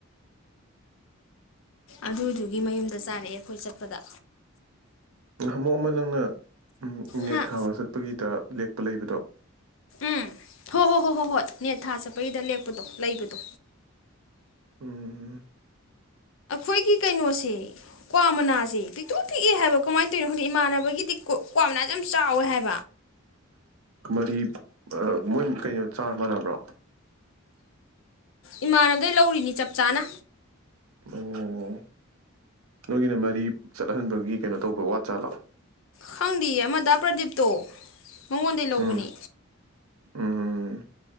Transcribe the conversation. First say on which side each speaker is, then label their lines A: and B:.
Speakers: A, on the left (about 65°); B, on the right (about 85°).
A: ꯑꯗꯨꯗꯨꯒꯤ ꯃꯌꯨꯝꯗ ꯆꯥꯔꯛꯑꯦ ꯑꯩꯈꯣꯏ ꯆꯠꯄꯗ
B: ꯅꯍꯟꯃꯨꯛ ꯑꯃ ꯅꯪꯅ ꯅꯦꯠ
A: ꯍꯥ
B: ꯊꯥꯕ ꯆꯠꯄꯒꯤꯗ ꯂꯦꯛꯄ ꯂꯩꯕꯗꯣ
A: ꯎꯝ ꯍꯣ ꯍꯣ ꯍꯣꯏ ꯍꯣꯏ ꯍꯣꯏ ꯅꯦꯠ ꯊꯥ ꯆꯠꯄꯒꯤꯗ ꯂꯦꯛꯄꯗꯣ ꯂꯩꯕꯗꯣ
B: ꯎꯝ
A: ꯑꯩꯈꯣꯏꯒꯤ ꯀꯩꯅꯣꯁꯦ ꯀ꯭ꯋꯥ ꯃꯅꯥꯁꯦ ꯄꯤꯛꯇꯨꯛ ꯄꯤꯛꯏ ꯍꯥꯏꯕ ꯀꯃꯥꯏꯅ ꯇꯧꯔꯤꯅꯣ ꯈꯡꯗꯦ ꯏꯃꯥꯟꯅꯕꯒꯤꯗꯤ ꯀꯣ ꯀ꯭ꯋꯥ ꯌꯥꯝ ꯆꯥꯎꯋꯦ ꯍꯥꯏ
B: ꯃꯔꯤ ꯃꯣꯏ ꯀꯩꯅꯣ ꯆꯥꯔ ꯃꯥꯟꯅꯕ꯭ꯔꯣ
A: ꯏꯃꯥꯟꯅꯕꯗꯩ ꯂꯧꯔꯤꯅꯤ ꯆꯞ ꯆꯥꯅ
B: ꯑꯣ ꯅꯣꯏꯒꯤꯅ ꯃꯔꯤ ꯆꯠꯍꯟꯕꯒꯤ ꯀꯩꯅꯣ ꯇꯧꯕ ꯋꯥꯠ ꯆꯥꯠꯂꯥ
A: ꯈꯪꯗꯤꯌꯦ ꯑꯃ ꯗ ꯄ꯭ꯔꯗꯤꯞꯇꯣ ꯃꯉꯣꯟꯗꯩ ꯂꯧꯕꯅꯦ
B: ꯎꯝ ꯎꯝ